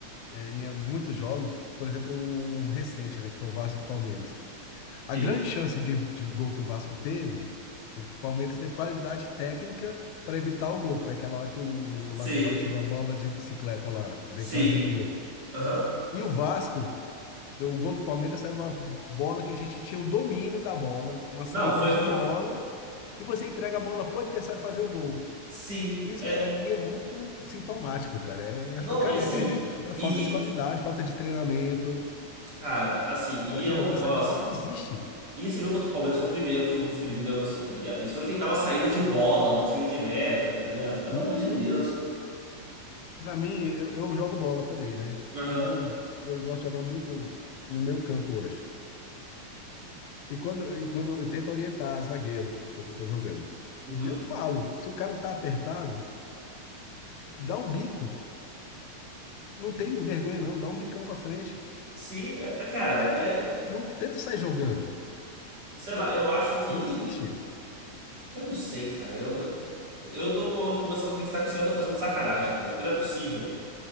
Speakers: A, on the left (about 80°); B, on the right (about 35°).
A: é, em eh, muitos jogos, por exemplo, um um recente, né, que foi o Vasco e Palmeiras. A
B: Sim,
A: grande chance de, de gol que o Vasco teve, o Palmeiras teve qualidade técnica para evitar o gol, que foi aquela hora que o, o
B: sim,
A: lateral tirou a bola de bicicleta lá, de-
B: sim.
A: quase dentro do gol.
B: Aham.
A: E o Vasco, o gol do Palmeiras saiu de uma bola que a gente tinha o domínio da bola, uma saída
B: Não, foi,
A: de
B: foi.
A: bola, e você entrega a bola pro adversário fazer o gol.
B: Sim.
A: Isso
B: É,
A: para mim é muito sintomático, cara. É, é-
B: não,
A: cara,
B: e assim.
A: é é- é falta
B: E,
A: de qualidade,
B: e,
A: falta de treinamento.
B: cara, assim, e
A: Onde?
B: é um
A: Uma
B: negócio.
A: sala de bola não existe.
B: E esse jogo contra o Palmeiras foi o primeiro que o Felipe negociou, tá ligado? Eles foram tentar uma saída de bola, do tiro de meta, tá ligado? Pelo
A: Uhum.
B: amor de Deus.
A: Pra mim, eu, eu jogo bola também, né?
B: Aham.
A: E eu, eu gosto de jogar muito no meu campo hoje. E quando, e quando eu tento orientar zagueiro quando eu tô jogando.
B: uhum.
A: E eu falo, se o cara tá apertado, dá o bico. Não tem vergonha, não. Dá um bicão pra frente.
B: Sim, é, é, cara,
A: É,
B: é.
A: não tenta sair jogando.
B: Sei lá, eu acho que
A: Não existe isso.
B: Eu não sei, cara. Eu, eu tô co- começando a acreditar que os caras estão fazendo de sacanagem, cara. Porque não é possível.